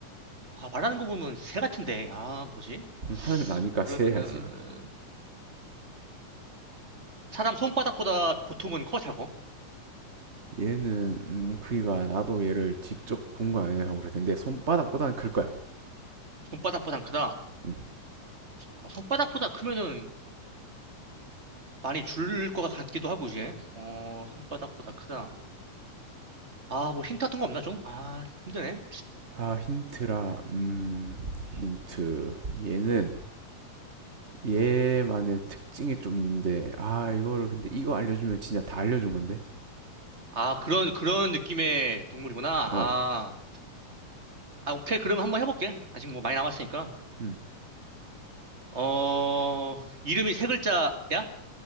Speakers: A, on the right; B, on the right.
A: 아, 말하는 거 보면 새 같은데. 아, 뭐지?
B: 음, 하늘 나니까
A: 그러면은,
B: 새야지.
A: 사람 손바닥보다 보통은 커, 사고?
B: 얘는 음, 크기가 나도 얘를 직접 본 거 아니라고 그럴 텐데 손바닥보다는 클 거야.
A: 손바닥보단 크다.
B: 음.
A: 어, 손바닥보다 크면은 많이 줄 것 같기도 하고, 이제. 어, 손바닥보다 크다. 아, 뭐 힌트 같은 거 없나, 좀? 아, 힘드네.
B: 아, 힌트라. 음, 힌트. 얘는 얘만의 특징이 좀 있는데, 아, 이거를 근데 이거 알려주면 진짜 다 알려준 건데?
A: 아, 그런, 그런 느낌의 동물이구나. 아,
B: 어,
A: 아, 오케이. 그럼 한번 해볼게. 아직 뭐 많이 남았으니까.
B: 음,
A: 어, 이름이 세 글자야?